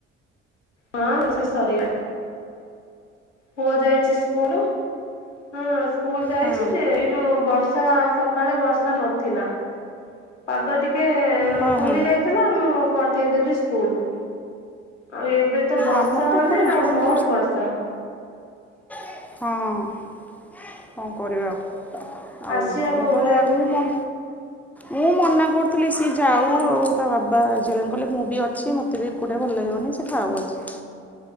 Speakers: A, on the left; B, in the centre.
A: ହଁ ରୋଷେଇ ସାରିଲାଣି। ପୁଅ ଯାଇଛି ସ୍କୁଲ ହଁ ସ୍କୁଲ ଯାଇଛି
B: ହଁ
A: ଯେ ଯୋଉ ବର୍ଷା ସକାଳେ ବର୍ଷା ନଥିଲା ପାଗ ଟିକେ
B: ହଁ
A: ଖୋଲିଯାଇଥିଲି
B: ହଁ
A: ମୁଁ ପଠେଇଦେଲି ସ୍କୁଲୁ ଆଉ ଏବେ ତ ବର୍ଷା
B: ଆମର ତ
A: ମାନେ
B: ଏପଟେ
A: ଆଉ
B: ଜୋର
A: ବୋହୁତ ବର୍ଷା।
B: ହଁ। କଣ କରିବା ଆଉ ଆଉ
A: ଆସିବା
B: ମୁଁ
A: ପ୍ରୋବ୍ଲେମ
B: ତ ବାରନି ମୋ ମୁଁ ମନା କରୁଥୁଲି ସ୍ ସିଏ ଯାଉ ଆଉ ତା ବାବା ଝିଅଙ୍କୁ କହିଲେ ମୁଁ ବି ଅଛି ମତେ ବି ଏକୁଟିଆ ଭଲ ଲାଗିବନି ସେ ଥାଉ ଆଜି।